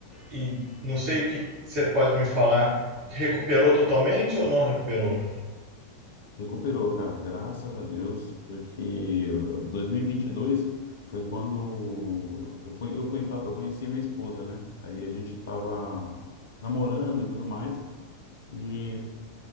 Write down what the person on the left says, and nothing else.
recuperou, cara, graças a Deus, porque 2022 foi quando eu, conhe- eu, conhe- eu conheci minha esposa, né? Aí a gente tava namorando e tudo mais. E